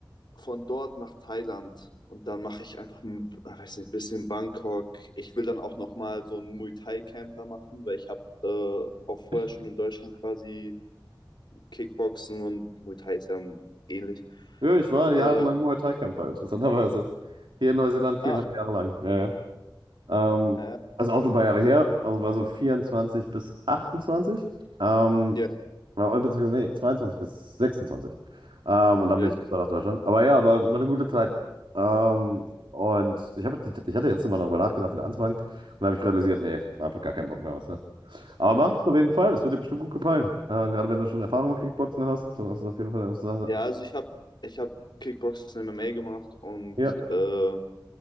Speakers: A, on the left; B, on the right.
A: von dort nach Thailand und dann mache ich einfach ein, äh, weiß nicht, ein bisschen Bangkok. Ich will dann auch nochmal so ein Muay Thai Camp da machen, weil ich habe äh, auch vorher
B: Ich,
A: schon in Deutschland quasi Kickboxen und Muay Thai ist ja ähnlich.
B: ja, ich war jahrelang
A: Äh,
B: Muay Thai-Kämpfer, interessanterweise. Hier in Neuseeland viereinhalb
A: ah,
B: Jahre lang. Ja, ja. Ähm,
A: ja,
B: also auch schon
A: cool.
B: ein paar Jahre her. Also war so 24 bis 28. Ähm,
A: Ja,
B: Ja, oder beziehungsweise, nee, 22 bis 26. Ähm, und dann
A: ja.
B: bin ich rüber nach Deutschland. Aber ja, war, war eine gute Zeit. Ähm, und ich, hab die, ich hatte jetzt immer darüber nachgedacht, wieder anzufangen. Und da habe ich realisiert, nee, einfach gar keinen Bock mehr, weißt du. Aber macht es auf jeden Fall, das wird dir bestimmt gut gefallen. Äh, gerade wenn du schon Erfahrung mit Kickboxen hast, dann ist es auf jeden Fall eine Sache.
A: Ja, also ich habe ich hab Kickboxen MMA gemacht und
B: Ja,
A: äh,